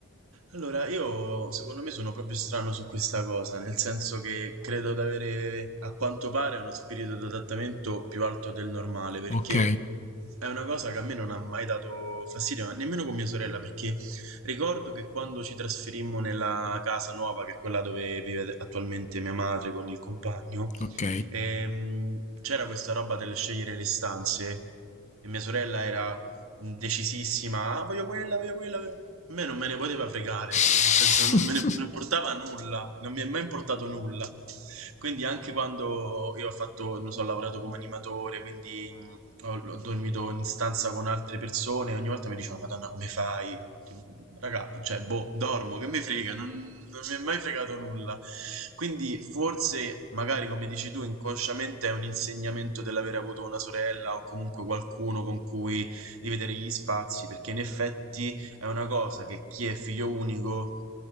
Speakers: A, on the right; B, on the left.
A: Allora, io secondo me sono proprio strano su questa cosa, nel senso che credo di avere a quanto pare uno spirito d'adattamento più alto del normale, perché
B: Ok,
A: È una cosa che a me non ha mai dato fastidio, ma nemmeno con mia sorella, perché ricordo che quando ci trasferimmo nella casa nuova, che è quella dove vive ad- attualmente mia madre con il compagno,
B: ok.
A: ehm, c'era questa roba del scegliere le stanze e mia sorella era decisissima, ah, voglio quella, voglio quella, voglio-". A me non me ne poteva fregare,
B: <laughs>
A: nel senso non me ne non importava nulla, non mi è mai importato nulla. Quindi anche quando io ho fatto, non so, ho lavorato come animatore, quindi mh, ho, ho dormito in stanza con altre persone, ogni volta mi dicevano, Madonna, come fai? Tipo, Raga, cioè, boh, dormo, che mi frega, non, non mi è mai fregato nulla. Quindi forse, magari come dici tu, inconsciamente è un insegnamento dell'aver avuto una sorella o comunque qualcuno con cui dividere gli spazi, perché in effetti è una cosa che chi è figlio unico,